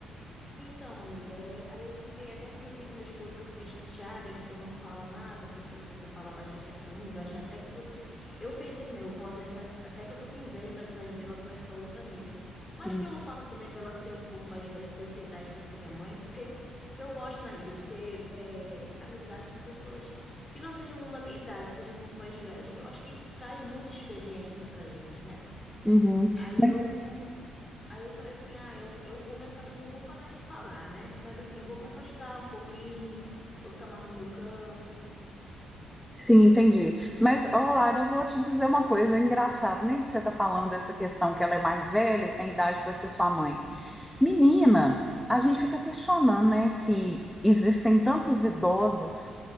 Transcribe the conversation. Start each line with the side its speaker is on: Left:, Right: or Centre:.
Left: Então, amiga, é, aí eu fiquei, até comentei com meu esposo que eu fiquei chateada, ele falou, não fala nada, porque se você falar vai achar que é ciúme, vai achar até que você... Eu pensei comigo, pode achar até que eu tô com inveja da amizade dela com essa outra amiga, mas
Centre: Hum,
Left: pelo fato também dela ser um pouco mais velha que eu, ter idade pra ser minha mãe, porque eu gosto, né, amiga, de ter é, amizade com pessoas que não sejam da minha idade, que sejam um pouco mais velhas, que eu acho que traz muita experiência pra gente, né?
Centre: Uhum.
Left: Aí
Centre: Mas
Left: eu, aí eu falei assim, ah, eu, eu vou me afastar, não vou parar de falar, né? Mas assim, vou me afastar um pouquinho, vou ficar mais no meu canto.
Centre: Sim, entendi. Mas, olá, eu vou te dizer uma coisa engraçada, né? que você está falando essa questão que ela é mais velha, tem idade para ser sua
Left: Sim,
Centre: mãe. Menina, a gente fica questionando, né, que existem tantos idosos